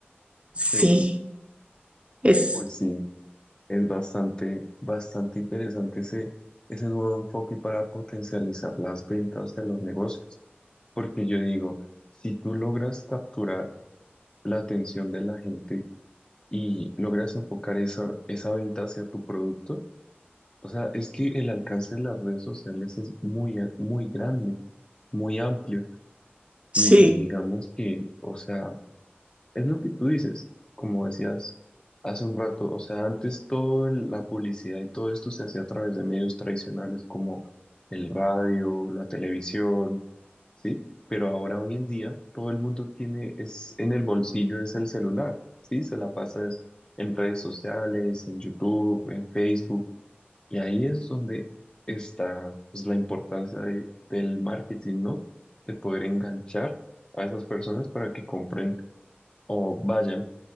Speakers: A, on the right; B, on the left.
A: Sí,
B: Sí.
A: es,
B: Pues sí, es bastante, bastante interesante ese, ese nuevo enfoque para potencializar las ventas de los negocios. Porque yo digo, si tú logras capturar la atención de la gente y logras enfocar esa, esa venta hacia tu producto, o sea, es que el alcance de las redes sociales es muy, a- muy grande, muy amplio.
A: sí.
B: Y digamos que, o sea, Es lo que tú dices, como decías hace un rato, o sea, antes toda la publicidad y todo esto se hacía a través de medios tradicionales como el radio, la televisión, ¿sí? Pero ahora hoy en día todo el mundo tiene, es en el bolsillo, es el celular, ¿sí? Se la pasa es en redes sociales, en YouTube, en Facebook, y ahí es donde está pues, la importancia de- del marketing, ¿no? De poder enganchar a esas personas para que compren o vayan